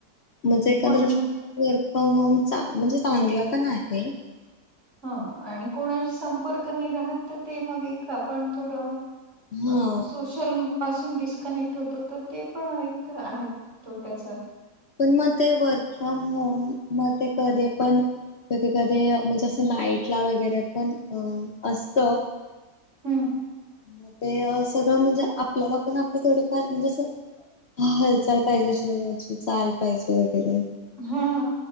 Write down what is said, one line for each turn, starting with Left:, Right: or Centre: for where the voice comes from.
Left: म्हणजे एकादृश
Right: पण
Left: वर्क फ्रॉम होम म्हणजे चांगलं पण आहे.
Right: ह आणि कोणाशी संपर्क नाही राहत तर ते मग एक आपण थोडं-
Left: हा
Right: अ तु- सोशल पासून डिस्कनेक्ट होतो तर ते पण एक आहे तो त्याचा,
Left: पण मग ते वर्क फ्रॉम होम मग ते कधी पण कधी कधी म्हणजे असं लाईटला वगैरे पण अ असत.
Right: हम्म.
Left: ग ते सगळं म्हणजे आपल्याला पण आपली थोडीफार म्हणजे अस. हा हालचाल पाहिजे शरीराची चाल पाहिजे वगैरे
Right: हा.